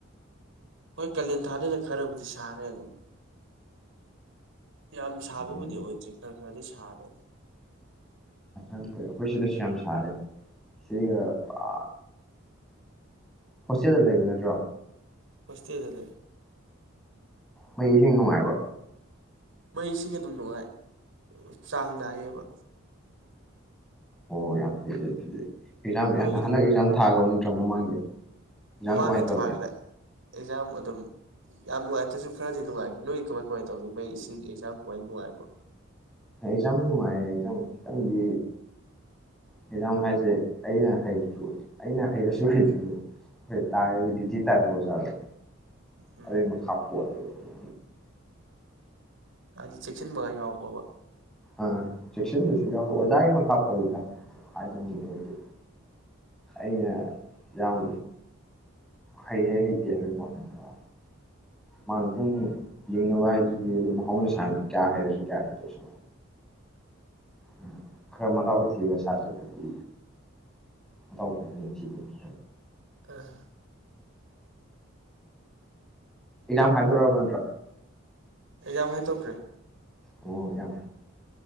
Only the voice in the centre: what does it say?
ꯎꯝ
ꯑꯩꯈꯣꯏ ꯁꯤꯗꯁꯨ ꯌꯥꯝ ꯁꯥꯔꯦ ꯁꯤꯒ ꯑ ꯍꯣꯁꯇꯦꯜꯗ ꯂꯩꯕ ꯅꯠꯇ꯭ꯔꯣ
ꯃꯩ ꯏꯁꯤꯡ ꯅꯨꯡꯉꯥꯏꯕ꯭ꯔꯣ
ꯑꯣ ꯌꯥꯝ ꯐꯩ ꯑꯗꯨꯗꯤ ꯑꯦꯛꯖꯥꯝ
ꯍꯟꯗꯛ ꯑꯦꯛꯖꯥꯝ ꯊꯥꯒꯕ ꯇ꯭ꯔ ꯃꯃꯥꯡꯒꯤ ꯑꯦꯛꯖꯥꯝ
ꯀꯃꯥꯏꯅ ꯇꯧꯔꯛꯀꯦ
ꯑꯩꯖꯝ ꯅꯨꯡꯉꯥꯏꯌꯦ ꯖꯥꯝ ꯈꯤꯇꯪꯗꯤ ꯑꯦꯛꯖꯥꯝ ꯍꯥꯏꯁꯦ ꯑꯩꯅ ꯍꯩꯔꯁꯨ ꯑꯩꯅ ꯍꯩꯔꯁꯨ ꯍꯩꯗ꯭ꯔꯁꯨ ꯑꯩꯣꯏ ꯇꯥꯔꯦꯔꯤꯕ ꯗ꯭ꯌꯨꯇꯤ ꯇꯥꯔꯦꯕ ꯑꯣꯖꯥꯗꯣ
ꯑꯗꯨꯏ ꯃꯈꯥ ꯄꯣꯜꯂꯦꯕ ꯎ
ꯑꯥ ꯆꯦꯛꯁꯤꯟꯕꯁꯨ ꯌꯥꯎꯋꯤ ꯑꯣꯖꯥꯒꯤ ꯃꯈꯥ ꯄꯣꯜꯂꯤꯗ ꯍꯥꯏꯕꯅꯤꯡ ꯍꯥꯏꯗꯤ ꯑꯩꯅ ꯌꯥꯝ ꯍꯩꯔꯦ ꯍꯩꯇꯦ ꯍꯥꯏꯕꯒꯤ ꯋꯥꯅꯠꯇꯕ ꯃꯥꯡꯇ ꯌꯦꯡꯅꯕ ꯍꯥꯏꯗꯨꯗꯤ ꯑꯗꯨꯝ ꯍꯧꯅ ꯁꯥꯅꯤ ꯀꯌꯥ ꯍꯩꯔꯁꯨ ꯀꯌꯥ ꯍꯩꯇ꯭ꯔꯁꯨ ꯎꯝ ꯈꯔ ꯃꯗꯥꯎ ꯊꯤꯕ ꯁꯥꯇ꯭ꯔꯗꯗꯤ ꯃꯗꯥꯎ ꯐꯖꯅ ꯊꯤꯗꯣꯏꯅꯤ
ꯑꯦꯛꯖꯥꯝ ꯍꯥꯏꯗꯣꯔꯛ ꯑꯕ ꯅꯠꯇ꯭ꯔꯣ
ꯑꯣ ꯌꯥꯝ